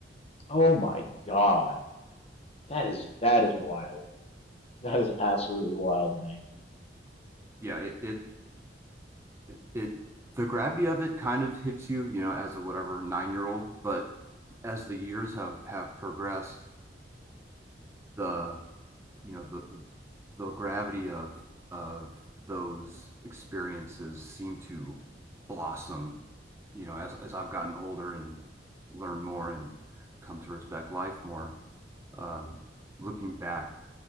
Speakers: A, on the left; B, on the right.
A: Oh my God. That is, that is wild. That is absolutely wild to me.
B: Yeah, it, it it, it the gravity of it kind of hits you, you know, as a whatever nine year old. But as the years have have progressed, the you know the the gravity of of those experiences seem to blossom, you know, as as I've gotten older and learned more and come to respect life more. Um, looking back